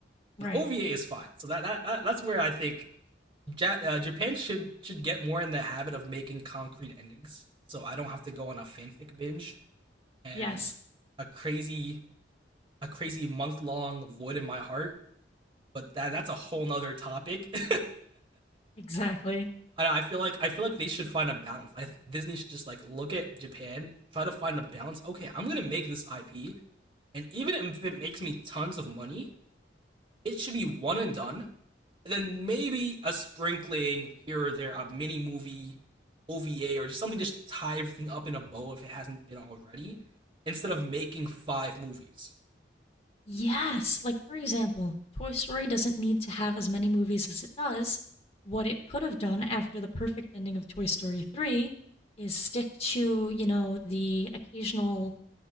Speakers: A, on the right (about 30°); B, on the left (about 35°).
A: An
B: right.
A: OVA is fine. So that, that, that that's where I think ja- uh, Japan should should get more in the habit of making concrete endings. So I don't have to go on a fanfic binge and
B: Yes,
A: a crazy a crazy month long void in my heart. But that that's a whole nother topic. <laughs>
B: exactly.
A: I feel like I feel like they should find a balance. I Disney should just like look at Japan, try to find a balance. Okay, I'm gonna make this IP, And even if it makes me tons of money, it should be one and done. And then maybe a sprinkling here or there, a mini movie, OVA, or just something just tie everything up in a bow if it hasn't been already, instead of making five movies.
B: Yes, like for example, Toy Story doesn't need to have as many movies as it does. What it could have done after the perfect ending of Toy Story 3 is stick to, you know, the occasional